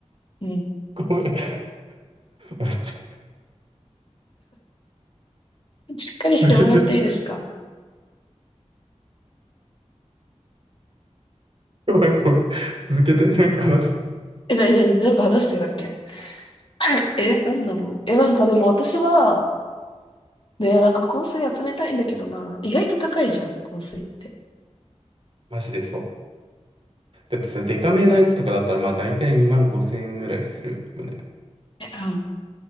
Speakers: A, on the left; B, on the right.
A: うん。
B: ごめん。あち
A: しっかりしてもらっていいですか
B: ょっと続けて。ごめん、ごめん。続けて、なんか話して。
A: え、なになになんか話してたっけ <coughs> え、なんだろうえ、なんかでも私は、ねえ、なんか香水集めたいんだけどな。意外と高いじゃん、香水って。
B: マジでそう。だってさ、デカめのやつとかだったら、まあ大体2万5千円ぐらいするよね。
A: えうん。